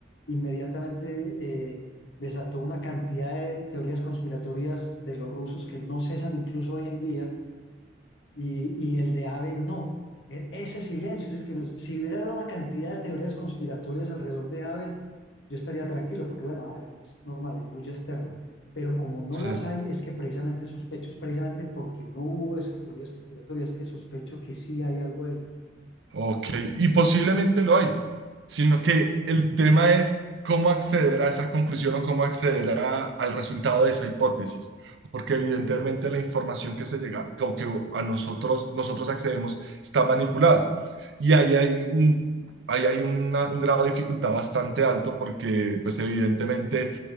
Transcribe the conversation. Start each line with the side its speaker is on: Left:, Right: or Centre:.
Left: inmediatamente eh, desató una cantidad de teorías conspiratorias de los rusos que no cesan incluso hoy en día y, y el de Abe no. E- ese silencio es el que me... Si hubiera una cantidad de teorías conspiratorias alrededor de Abe, yo estaría tranquilo, porque bueno, a- es normal, hay bulla externa. Pero como no
Right: Sí.
Left: las hay, es que precisamente sospecho, es precisamente porque no hubo esas teorías conspiratorias que sospecho que sí hay algo ahí.
Right: Ok, y posiblemente lo hay, sino que el tema es cómo acceder a esa conclusión o cómo acceder a- al resultado de esa hipótesis, porque evidentemente la información que se llega o que a nosotros nosotros accedemos está manipulada y ahí hay un ahí hay una- un grado de dificultad bastante alto porque pues evidentemente